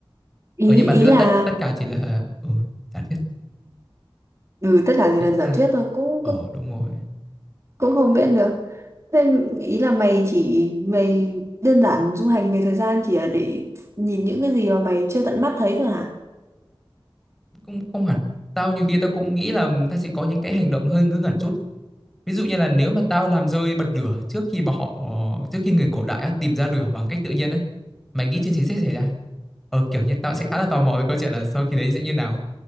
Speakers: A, in the centre; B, on the right.
A: ờ
B: ý
A: nhưng mà thực
B: ý
A: ra tất
B: là
A: tất cả chỉ là ừ giả thuyết
B: ừ tất cả chỉ
A: ý
B: là giả
A: là
B: thuyết thôi cũng
A: ờ
B: cũng
A: đúng rồi
B: cũng không biết được thế ý là mày chỉ mày đơn giản du hành về thời gian chỉ là để nhìn những cái gì mà mày chưa tận mắt thấy thôi hả
A: cũng không hẳn tao nhiều khi tao cũng nghĩ là tao sẽ có những cái hành động hơi ngớ ngẩn chút ví dụ như là nếu mà tao làm rơi bật lửa trước khi bọn họ trước khi người cổ đại á, tìm ra lửa bằng cách tự nhiên ấy mày nghĩ chuyện gì sẽ xảy ra ờ kiểu như tao sẽ khá là tò mò với câu chuyện là sau khi đấy sẽ như nào